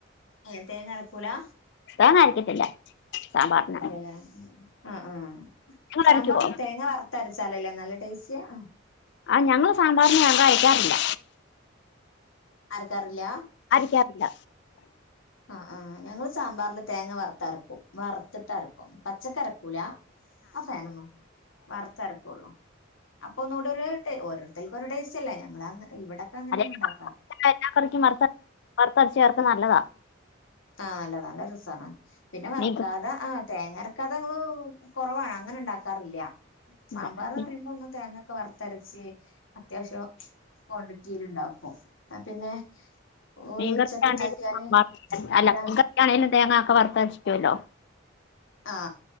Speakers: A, on the left; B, on the left.
A: ഏഹ് തേങ്ങരക്കൂലാ?
B: തേങ്ങ അരക്കത്തില്ല സാമ്പാറിന്
A: ഇല്ല്യ ലേ ആഹ് ആഹ്
B: നിങ്ങൾ
A: സാമ്പാറിന്
B: അരക്കുവോ
A: തേങ്ങ വറത്തര ച്ചാലല്ലേ നല്ല ടേസ്റ്റ് ആഹ്
B: ആ ഞങ്ങള് സാമ്പാറിന് ഞാൻ അരക്കാറില്ല
A: അരക്കാറില്ല
B: അരക്കാറില്ല
A: ആ ആ ഞങ്ങള് സാമ്പാറില് തേങ്ങ വറുത്തരക്കും വറുത്തിട്ട് അരക്കും പച്ചക്ക്‌ അരക്കൂല ആ ഫാനൊന്ന് നോക്കൂ വറത്ത് അരക്കൂള്ളൂ അപ്പൊ ഒന്നൂടെ ഒരു ഓരോത്തർക്ക് ഒരു ടേസ്റ്റല്ലേ ഞങ്ങൾ അങ്ങ ഇവിടൊക്കെ അങ്ങനെയാണ്
B: അതെ
A: ഉണ്ടാ
B: എല്ലാ കറിക്കും വറുത്ത വറുത്തരച്ച് ചേർക്കുന്നത് നല്ലതാ
A: ആ നല്ലതാ നല്ല രസമാണ് പിന്നെ വറക്കാതെ
B: മീൻ ക-
A: ആ തേങ്ങ അരക്കാതെ ഞങ്ങള് കുറവാണ് അങ്ങനെ ഉണ്ടാക്കാറില്ല
B: ഇല്ല
A: സാമ്പാറെന്ന്
B: മീ-
A: പറയുമ്പോ ഒന്ന് തേങ്ങ ഒക്കെ വറത്തരച്ച് അത്യാവശ്യം ക്വാണ്ടിറ്റിൽ ഉണ്ടാക്കും ആ പിന്നെ ഒരു
B: മീൻകറിക്കാണേലും
A: ഉച്ചക്ക് ഉണ്ടാക്കിയാല്
B: സാമ്പാർ അല്ല
A: രാ-
B: മീൻ കറിക്കാണേലും തേങ്ങ ഒക്കെ വറുത്തരച്ചിടുമല്ലോ
A: ആ